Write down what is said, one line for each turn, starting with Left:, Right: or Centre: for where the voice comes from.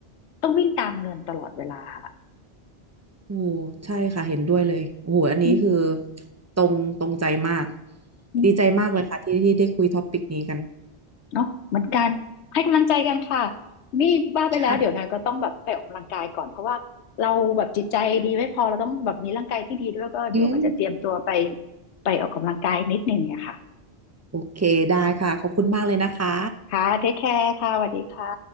Left: ต้องวิ่งตามเงินตลอดเวลาค่ะ
Right: โอ้ใช่ค่ะเห็นด้วยเลยโอ้โหอันนี้คือ
Left: อืม
Right: ตรงตรงใจมาก
Left: อืม
Right: ดีใจมากเลยค่ะที่ที่ได้คุยท็อปิกนี้กัน
Left: เนาะเหมือนกันให้กำลังใจกันค่ะนี่บ้าไปแล้วเดี๋ยวนายก็ต้องแบบไปออกกำลังกายก่อนเพราะว่าเราแบบจิตใจดีไม่พอเราต้องแบบมีร่างกายที่ดีด้วยก็เดี๋ยวว่าจะเตรียมตัวไป
Right: ค่ะอืม
Left: ไปออกกำลังกายนิดนึงเนี่ยค่ะ
Right: โอเคได้ค่ะขอบคุณมากเลยนะคะ
Left: ค่ะเทคแคร์ค่ะสวัสดีค่ะ